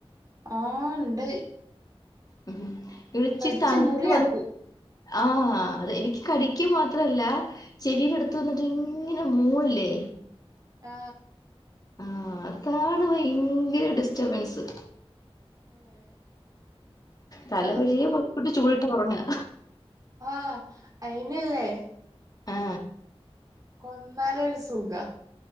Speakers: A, on the right; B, on the left.
A: ആ ഇണ്ട്
B: ഉം ഇവിടെ ഇച്ചിരി
A: കടിച്ച്
B: തണുത്ത്
A: മുറിയാക്കും
B: വന്നി ആ അത് എനിക്ക് കടിയ്ക്ക മാത്രല്ല ചെവിയിടെ അടുത്തു വന്നിട്ട് ഇങ്ങനെ മൂളില്ലേ
A: ആ
B: ആ അതാണ് ഭയങ്കര ഡിസ്റ്റർബൻസ്
A: ഏഹ്
B: തലവഴിയെ
A: അത്
B: പുതപ്പിട്ടു ചൂടിട്ട് ഉറങ്ങുക
A: ആ അയിനില്ലേ
B: ആ
A: കൊന്നാല് ഒരു സുഖമാ